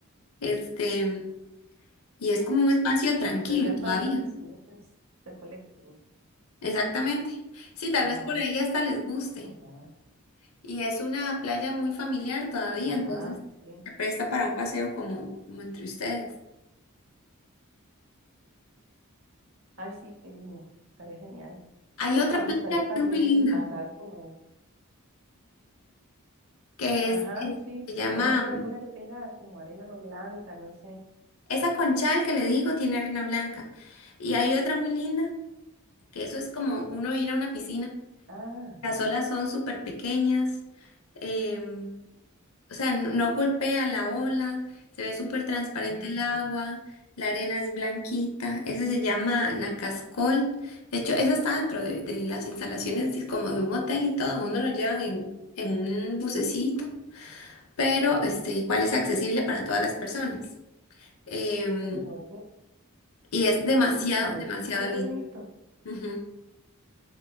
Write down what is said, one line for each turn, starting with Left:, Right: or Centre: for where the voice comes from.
Left: Este, y es como un espacio tranquilo
Right: especial
Left: todavía.
Right: para que los niños recolecten.
Left: Exactamente. Sí, tal
Right: Ajá,
Left: vez por ahí hasta les guste.
Right: ajá,
Left: Y es una playa muy familiar todavía,
Right: ajá,
Left: entonces
Right: sí.
Left: se presta para un paseo como, como entre ustedes.
Right: Ay, sí, qué lindo, estaría genial.
Left: Hay otra
Right: Me
Left: playa
Right: gustaría
Left: que
Right: también
Left: es muy linda.
Right: pasar como,
Left: que
Right: ajá,
Left: es, es-
Right: sí,
Left: se llama,
Right: pasar por
Left: mm,
Right: alguna que tenga como arena blanca, no sé.
Left: esa conchal que le digo tiene arena blanca. Y hay otra muy linda, que eso es como uno ir a una piscina.
Right: Ah, Ajá,
Left: Las olas son súper pequeñas, em, o sea, no, no golpea la ola, se ve súper transparente
Right: Mm,
Left: el agua, la arena es blanquita, ese se llama Nacascol. De hecho, eso está dentro de, de las instalaciones de- como de un hotel y todo, a uno lo llevan en, en un bucecito, pero este, igual es accesible para todas las personas. em,
Right: se oye,
Left: y es demasiado,
Right: sí, se oye
Left: demasiado
Right: muy
Left: linda.
Right: bonito.
Left: Ujú.